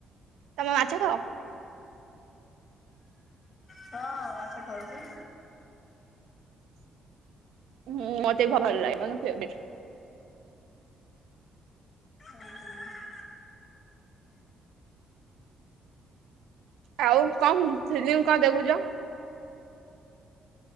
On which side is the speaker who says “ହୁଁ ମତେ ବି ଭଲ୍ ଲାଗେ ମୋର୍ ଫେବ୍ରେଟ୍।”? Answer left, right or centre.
Right